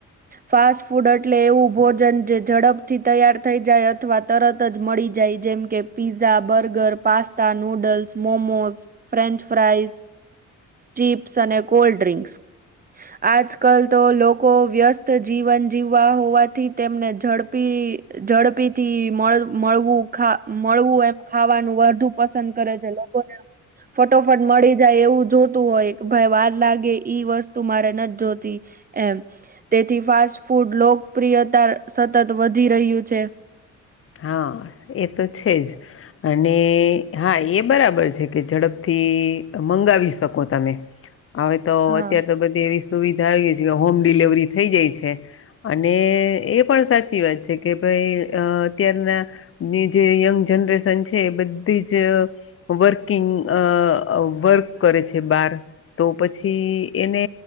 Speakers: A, on the right; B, on the left.
A: ફાસ્ટ ફૂડ એટલે એવું ભોજન જે ઝડપથી તૈયાર થઈ જાય અથવા, તરત જ મળી જાય જેમ કે pizza burger pasta noodles momos French. Fries chips અને કોલ્ડ ડ્રિંક્સ. આજકાલ તો લોકો વ્યસ્ત જીવન જીવવા હોવાથી તેમને ઝડપી. ઝડપીથી મળ મળવું ખા મળવું એમ ખાવાનું વધુ પસંદ કરે. લોકોને ફટોફટ મળી જાય એવું જો. તુ હોય ભાઈ વાર લાગે ઈ વસ્તુ મારે નથી જોતી એમ તેથી ફાસ્ટ ફૂ. ફૂડ લોકપ્રિયતા સતત વધી રહ્યું છે.
B: હા એ તો છે જ અને હા એ બરાબર છે કે ઝડપથી. મંગાવી શકો તમે હવે તો
A: હા
B: અત્યાર તો બધી એવી સુવિધા <unintelligible> જે હોમ ડિલેવરી થઈ જાય છે અને એ પણ સાચી વાત છે કે ભાઈ અહ અત્યારના ની જે યંગ જનરેશન છે એ બધીજ અહ વર્કિંગ અહ અહ અહ વર્ક કરે છે બાર. તો પછી એને